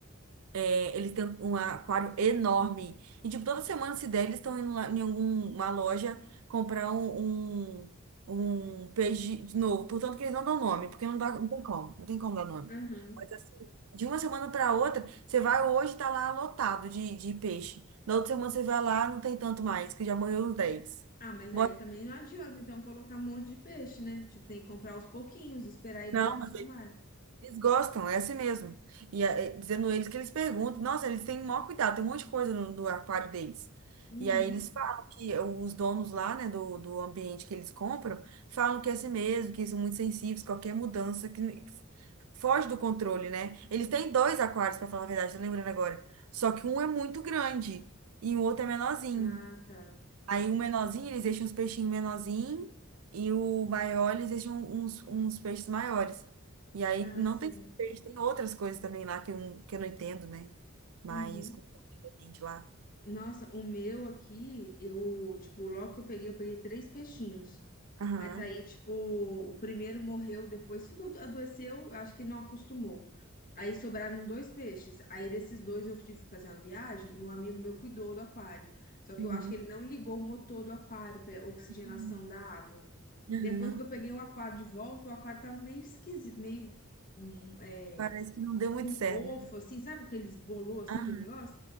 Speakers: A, on the right; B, on the left.
A: É, Eles têm um aquário enorme. E, tipo, toda semana, se der, eles estão indo lá em alguma loja comprar um, um, um peixe de novo. Portanto, que eles não dão nome, porque não dá, não tem como. Não tem como dar nome.
B: aham.
A: Mas, assim, de uma semana para outra, você vai hoje, tá lá lotado de, de peixe. Na outra semana, você vai lá, não tem tanto mais, que já morreu uns 10.
B: Ah, mas
A: Bota,
B: aí também não adianta, então, colocar um monte de peixe, né? Tipo, tem que comprar aos pouquinhos, esperar eles
A: não,
B: acostumarem.
A: Eles gostam, é assim mesmo. E é, é, dizendo eles que eles perguntam, nossa, eles têm o maior cuidado, tem um monte de coisa no, no aquário deles.
B: Uhum.
A: E aí eles falam que eh, os donos lá, né, do, do ambiente que eles compram, falam que é assim mesmo, que são muito sensíveis, qualquer mudança que n- foge do controle, né? Eles têm dois aquários, para falar a verdade, tô lembrando agora. Só que um é muito grande e o outro é menorzinho.
B: Ah, tá.
A: Aí o menorzinho, eles deixam uns peixinhos menorzinhos e o maior, eles deixam uns, uns peixes maiores. E aí
B: Ah,
A: não
B: sim.
A: tem só peixe, tem outras coisas também lá que eu, não- que eu não entendo, né? Mas
B: Uhum.
A: com gente lá.
B: Nossa, o meu aqui, eu, tipo, logo que eu peguei, eu peguei três peixinhos.
A: Aham.
B: Mas aí, tipo, o primeiro morreu, depois ficou, adoeceu, acho que não acostumou. Aí sobraram dois peixes. Aí desses dois eu tive que fazer uma viagem e um amigo meu cuidou do aquário. Só que
A: Uhum.
B: eu acho que ele não ligou o motor do aquário para oxigenação
A: Uhum.
B: da água.
A: Aham.
B: Depois que eu peguei o aquário de volta, o aquário tava meio esquisito, meio hum, é,
A: Parece que não deu
B: com
A: muito certo,
B: mofo,
A: né?
B: assim, sabe aqueles bolô, assim,
A: Aham.
B: aquele negócio?